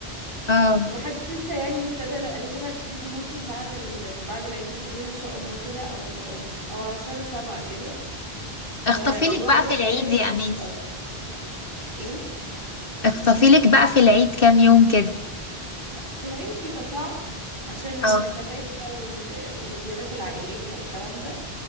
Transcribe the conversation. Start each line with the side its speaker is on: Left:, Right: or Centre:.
Left: اه
Right: ومحدش لسه يعني ابتدى لا، الاجازه بقى تبتدي ممكن بعد ال... بعد العيد الكبير ان شاء الله كده او او او على شهر سبعة كده
Left: اخطفي
Right: فالوقت
Left: لك بقى
Right: ده
Left: في العيد
Right: بتهيألي
Left: يا
Right: هيبقى
Left: اماني
Right: حلو قوي ايه
Left: اخطفي لك بقى في العيد كام يوم كده
Right: في العيد بيبقى صعب عشان المناسبات
Left: اه
Right: بقى وال... والزيارات العائلية والكلام ده